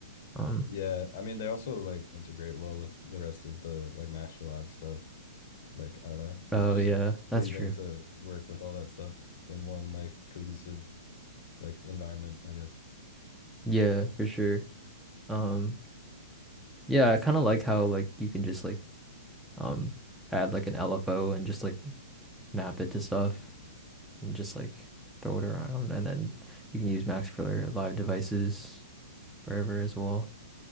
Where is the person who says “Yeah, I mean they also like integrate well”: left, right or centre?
Left